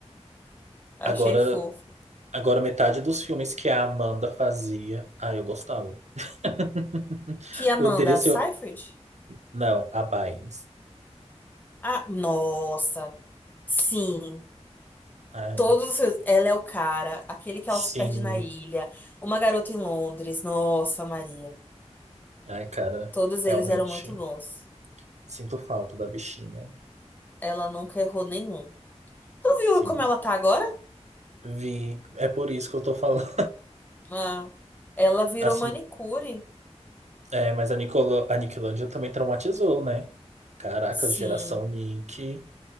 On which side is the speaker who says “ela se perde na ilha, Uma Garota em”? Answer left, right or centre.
Left